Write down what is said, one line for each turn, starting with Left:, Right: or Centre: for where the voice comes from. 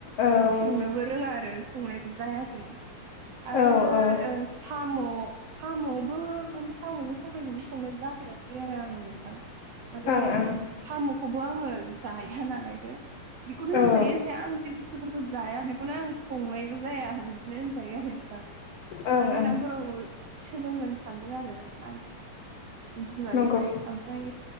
Left: ओं
Right: ओ संनोबो रोंङा आरो संनायबो जायाखै। आरो
Left: औ औ
Right: ओ साम' साम'बो माने साम'जों सबायजोंबो संनाय जाफेराखै आरो आंङो नोंथां
Left: <inaudible>
Right: माने
Left: ओं
Right: साम'खौबो आंङो जाया नालायदो बेखौनो
Left: औ
Right: होनजायो जे आं जे बुस्थुफोरखौ जाया बेखौनो आं संनायबो जाया बिदिनो होनजायो आरो नोंथां। ओ
Left: ओं
Right: देनांफोराव
Left: ओं
Right: सोलोंगोन सानदों आरो आं बिमानिफ्राय
Left: नंगौ
Right: आम फ्राय